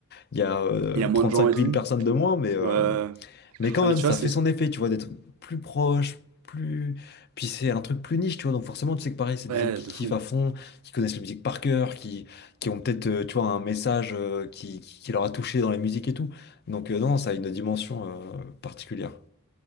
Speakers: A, on the left; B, on the right.
A: il y a euh,
B: Il y a moins
A: 35
B: de gens et tout.
A: 000 personnes de moins, mais, euh,
B: Euh,
A: mais quand
B: non,
A: même,
B: mais tu
A: ça
B: vois, c'est...
A: fait son effet, tu vois, d'être plus proche, plus. Puis c'est un truc plus niche, tu vois. Donc forcément, tu sais que pareil, c'est
B: Ouais,
A: des gens qui
B: de
A: kiffent
B: fou.
A: à fond, qui connaissent la musique par cœur, qui, qui ont peut-être, euh, tu vois, un message euh, qui, qui qui leur a touché dans la musique et tout. Donc euh, non, ça a une dimension euh, particulière.